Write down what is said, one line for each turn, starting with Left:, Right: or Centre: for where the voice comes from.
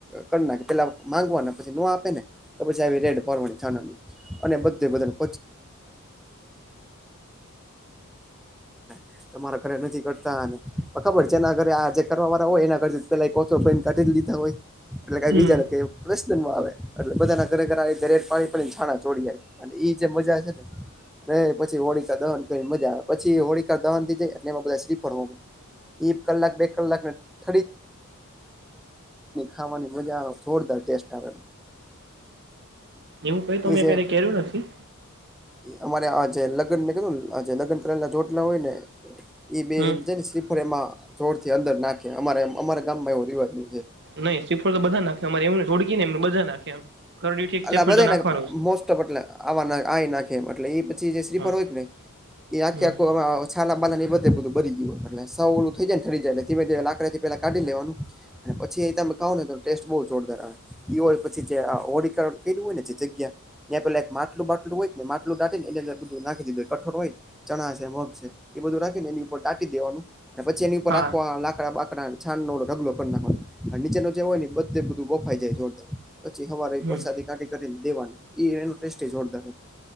Centre: કર નાખ પેલા માંગવાના પછી નો આપે ને તો પછી આવી રેડ ભરવાની થ અને બધે બધા <unintelligible> તમારા ઘરે નથી કરતા ખબર છે એના ઘરે આ જે કરવા વાળા હોય એના પેલા કાઢ લીધા હોય એટલે ક
Right: હમ
Centre: બીજાને પ્રશ્નમાં આવે એટલે બધાના ઘરે ઘરે દરે પાણી છાણા ચોડી જાય એ જે મજા છે ને ર પછી હોળીકા દવન કરીને મજા આવે પછી હોળીકાા દવન થી જાય એટલે એમાં બધા શ્રીફળ હો એક કલાક બે કલાક <unintelligible> ખવાની મજા જોરદાર ટેસ્ટ આવે
Right: એવું કઈ તો
Centre: એ
Right: મે
Centre: જે
Right: ક્યારે કર્યું નથી
Centre: અમારે આ જે લગ્ન ને કેધું આ લગ્ન તળલ ના જોટલા હોય ને એ બે
Right: હમ
Centre: ને શ્રીફળ એમાં જોરથી અંદર નાખે અમા અમારા ગામમાં એવો રિવાજ ન છે
Right: નઈ શ્રીફળ તો બધા નાખે અરે એમ હોળી ને બધા નાખ્યા એમ કરડીઠી એક શ્રીફળ
Centre: એટલે બધા
Right: તો નાખવાનું
Centre: નાખે
Right: જ
Centre: મોસ્ટ ઓફ એટલે નાખે એ એટલે એ પછી જે શ્રીફળ
Right: હા
Centre: હોય કે ક્યા
Right: હમ
Centre: કો આવે છે છાલા બાલા ની બધે બધું બરી ગયુંય એલે સવ ઓલું થઈ જાય રી જાય લાકડી પેલા કાઢી લેવાનું અને પછી એ તમે કહાવને ટેસ્ટ બ જોરદાર આવે હોય પછી ઓડી ણ કું હોય નથી જગ્યા એ્યાં પેલા એક માટું બાટું હોય ને માટલુંાટી ને એ અંદર બધું નાખીધ કઠોર હોય ચણા છે મગ છે એ બધું રાખીને એની ઉપર ટાટી દેવાનું અને પછી એની ઉપર
Right: હા
Centre: રાખવા લાકડા બા છઢગ ના નીચેનો જે હોય ને બધે બધું બફાઈ જાય જોરદાર પછી હવા
Right: હમ
Centre: વરસાદી કાી કરીને દેવાની એ ટે જોરદાર